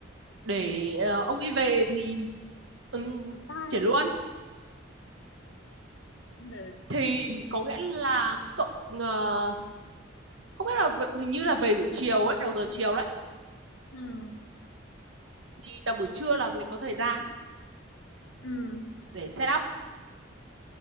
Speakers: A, on the right; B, on the left.
A: Để ờ, ông ấy về thì um,
B: Bye
A: chuyển luôn.
B: cũng được
A: Thì có nghĩa là cậu ờ, không biết là v- hình như là về buổi chiều ấy, đầu giờ chiều đấy.
B: ừ
A: Thì tầm buổi trưa là mình có thời gian
B: ừ
A: để set up.